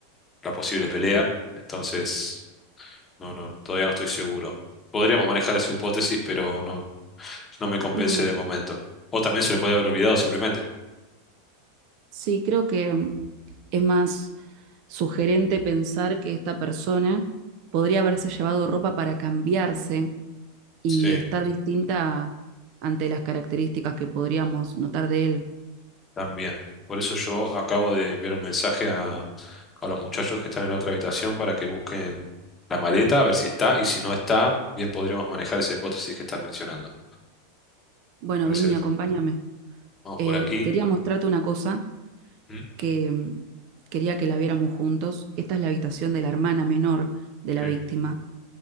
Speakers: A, on the left; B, on the right.
A: la posible pelea, entonces no, no, todavía no estoy seguro. Podríamos manejar su hipótesis, pero no, no me convence
B: Mm,
A: de momento. O también se lo puede haber olvidado simplemente.
B: sí, creo que mm, es más sugerente pensar que esta persona podría haberse llevado ropa para cambiarse y
A: Sí.
B: estar distinta ante las características que podríamos notar de él.
A: También. Por eso yo acabo de enviar un mensaje a, a los muchachos que están en la otra habitación para que busquen la maleta, a ver si está, y si no está, bien podríamos manejar esa hipótesis que estás mencionando.
B: Bueno,
A: Parece
B: vení,
A: bien.
B: acompáñame.
A: Vamos
B: Eh,
A: por aquí.
B: quería mostrarte una cosa
A: ¿Mm?
B: que mm, quería que la viéramos juntos. Esta es la habitación de la hermana menor de la
A: Sí.
B: víctima.